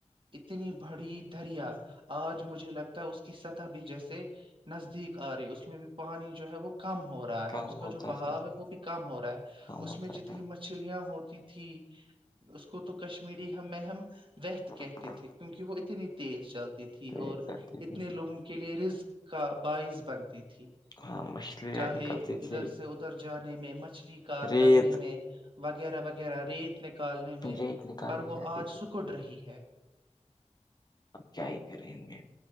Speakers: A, on the right; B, on the left.
A: اتنی بڑی دریا آج مجھے لگتا ہے اس کی سطح بھی جیسے نزدیک آ رہی ہے اس میں بھی پانی جو ہے وہ کم ہو رہا رہا
B: کم
A: ہے اس کا
B: ہوتا
A: جو بہاؤ
B: جا رہا،
A: ہے وہ بھی کم ہو رہا ہے
B: کم
A: اس
B: ہوتا
A: میں جتنی
B: جا
A: مچھر چھلیاں ہوتی تھی اس کو تو کشمیری ہم ہم ویت کہتے
B: رہا۔
A: تھے کیونکہ وہ اتنی تیز چلتی تھی
B: تو یہ
A: اور
B: چلتی
A: اتنے
B: تھی
A: لوگوں کلریز کا بعث بنتی تھی
B: ہاں مچھلیاں
A: چاہے
B: نکلتی
A: ادھر
B: تھی
A: سے ادھر جانے میں مچھلی کار
B: ریت
A: کرنے میں وغیرہ وغیرہ ریت نکالنے میں
B: ریت نکالی
A: پر وہ
B: جاتی
A: آج
B: تھی
A: سکڑ رہی ہے
B: اب کیا ہی کریں ان میں